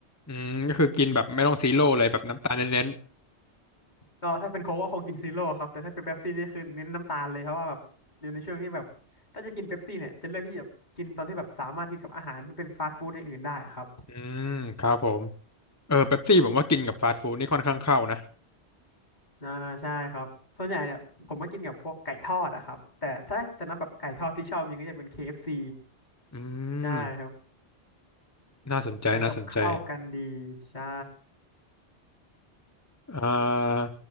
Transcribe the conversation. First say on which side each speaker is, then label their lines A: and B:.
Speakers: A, on the left; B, on the left.
A: อืมก็คือกินแบบไม่ต้องซีโร่เลยแบบน้ำตาลเน้น
B: ก็ถ้าเป็นโค้กก็คงกินซีโร่ครับแต่ถ้าเป็นเป๊ปซี่นี่คือเน้นน้ำตาลเลยเพราะว่าแบบอยู่ในช่วงที่แบบถ้าจะกินเป๊ปซี่เนี่ยจะเลือกที่จะกินตอนที่แบบสามารถกินกับอาหารที่เป็นฟาสต์ฟู้ดอย่างอื่นได้ครับ
A: ๆอืมครับผมเออเป๊ปซี่ผมว่ากินกับฟาสต์ฟู้ดนี่ค่อนข้างเข้านะ
B: อ่าใช่ครับส่วนใหญ่เนี่ยผมก็กินกับพวกไก่ทอดอะครับแต่ถ้าจะนับแบบไก่ทอดที่ชอบมีก็จะเป็น KFC
A: อื
B: ใช่ครับ
A: มน่าสนใจน่าสนใจ
B: มันก็แบบเข้ากันดีใช่
A: เอ่อ